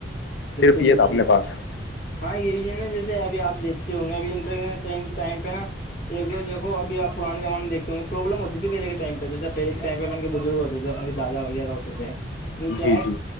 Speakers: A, on the left; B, on the left.
A: صرف
B: بالکل
A: یہ
B: بالکل
A: تھا اپنے پاس
B: ہاں یہی ہے نا جیسے ابھی آ دیکھتے ہوں گے اب انٹر ٹن ٹائم پہ نا ایک تو دھو اب آپ پرانے زمانے میں دھتے ہو گے پراببلم ہو تھی پہل کے ٹمہ جیسےہلے کےٹائہ اپن بزرگ ہو تھے اپن کے دادا وغیرہ ہوتےے جو کیا
A: جی
B: ہے
A: جی